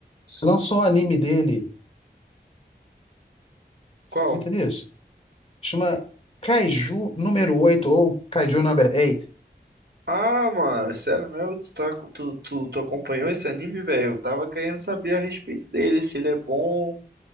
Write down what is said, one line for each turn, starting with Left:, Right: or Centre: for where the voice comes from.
Right: s-
Left: Lançou o anime dele.
Right: qual?
Left: Você acredita nisso? Chama Kaiju número oito ou Kaiju number 8.
Right: Ah, mano, sério mesmo? Tu, tá, co- tu, tu, tu acompanhou esse anime, velho? Eu tava querendo saber a respeito dele, se ele é bom,